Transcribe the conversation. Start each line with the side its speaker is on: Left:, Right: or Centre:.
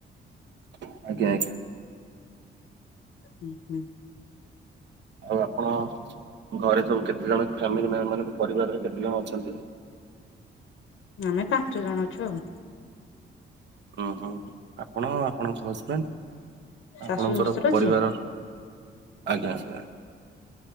Right: ଆଜ୍ଞା <unintelligible>
Left: ହୁଁ ହୁଁ।
Right: ଆଉ ଆପଣ ଘରେ ସବୁ କେତେ ଜଣ ଫ୍ୟାମିଲି <unintelligible> ମାନେ ପରିବାରରେ କେତେ ଜଣ ଅଛନ୍ତି।
Left: ଆମେ ପାଞ୍ଚ ଜଣ ଅଛୁ ଆଉ।
Right: ଅଃ ଆପଣ ଆପଣଙ୍କ ହଜବେଣ୍ଡ
Left: ଶାଶୁ
Right: ଆପଣଙ୍କର
Left: ଶ୍ୱଶୁର
Right: ପରିବାର
Left: ଝିଅ।
Right: ଆଜ୍ଞା ଆଜ୍ଞା <unintelligible>